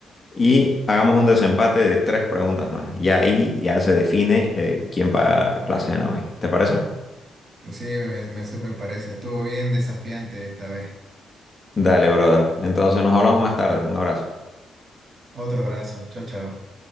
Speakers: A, on the left; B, on the right.
A: y hagamos un desempate de tres preguntas más. Y ahí ya se define eh, quién paga la cena hoy. ¿Te parece?
B: Sí, me, me súper parece. Estuvo bien desafiante esta vez.
A: Dale, brother. Entonces nos hablamos más tarde. Un abrazo.
B: Otro abrazo. Chao, chao.